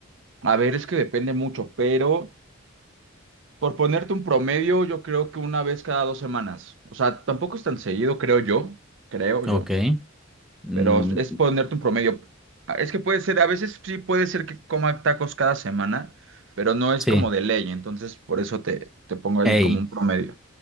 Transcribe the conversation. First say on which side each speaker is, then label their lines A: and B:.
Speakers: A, on the right; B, in the centre.
A: a ver, es que depende mucho, pero por ponerte un promedio, yo creo que una vez cada dos semanas. O sea, tampoco es tan seguido, creo yo, creo yo.
B: Ok. Mm,
A: Pero es ponerte un promedio. Ah, Es que puede ser, a veces sí puede ser que coma tacos cada semana, pero no es
B: sí.
A: como de ley, entonces por eso te, te pongo ahí
B: Ey,
A: como un promedio.